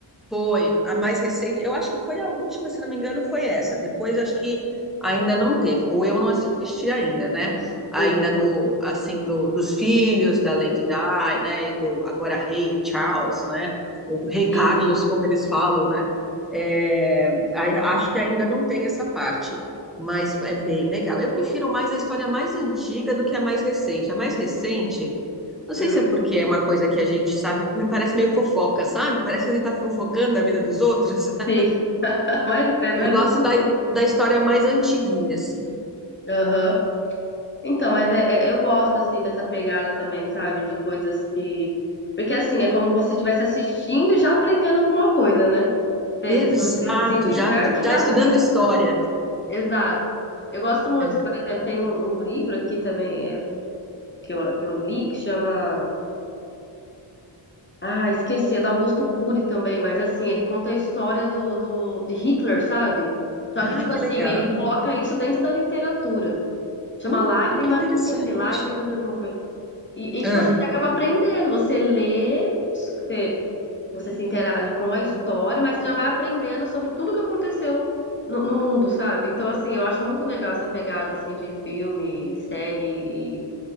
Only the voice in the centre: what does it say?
Foi a mais recente, eu acho que foi a última, se não me engano, foi essa. Depois acho que ainda não teve, ou eu não assisti ainda, né? Ainda
do assim do, dos filhos da Lady Di, né? E do agora Rei Charles, né? O Rei
Carlos, como eles falam, né? É, a- acho que ainda não tem essa parte, mas é bem legal. Eu prefiro mais a história mais antiga do que a mais recente. A mais recente não sei
se é porque é uma coisa que a gente sabe, me parece meio fofoca, sabe? Parece que a gente tá fofocando a vida dos outros. <laughs> sabe?
Eu
gosto
da,
da história mais antiguinha, assim.
Exato,
já, já
estudando
história.
É.
Ah,
que
legal.
Hum,
que interessante.
Ah,